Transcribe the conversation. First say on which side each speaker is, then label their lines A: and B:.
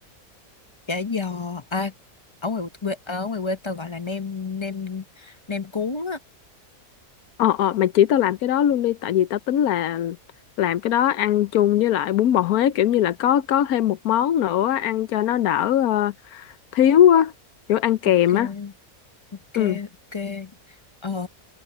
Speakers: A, on the left; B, on the left.
A: chả giò à ở ngoài quê ờ, ở ngoài quê tao gọi là nem nem nem cuốn á
B: ờ ờ mày chỉ tao làm cái đó luôn đi tại vì tao tính là làm cái đó ăn chung với lại bún bò Huế kiểu như là có có thêm một món nữa ăn cho nó đỡ ờ, thiếu á kiểu ăn kèm
A: ok
B: á
A: ok
B: ừ
A: ok ờ